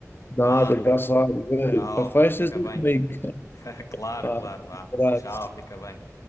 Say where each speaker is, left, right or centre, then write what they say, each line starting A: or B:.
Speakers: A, on the left (about 40°); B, on the left (about 80°).
A: Nada,
B: Vá,
A: já sabes.
B: tchau,
A: Para festas
B: fica
A: é
B: bem.
A: comigo.
B: <laughs> Claro,
A: Vá,
B: claro, vá.
A: um
B: Tchau,
A: abraço.
B: fica bem.